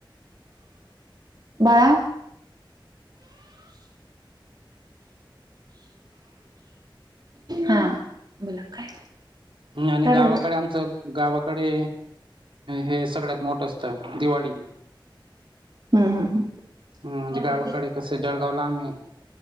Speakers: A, on the right; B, on the right.
A: बाळा. हा बोला काय.
B: ह आणि
A: काय
B: गावाकडे
A: पाहिजे
B: आमचं गावाकडे हे सगळ्यात मोठं अस त दिवाळी.
A: हम्म हम्म हम्म.
B: हम्म म्हणजे
A: मम्मा
B: गावाकडे कसं जळगावला आम्ही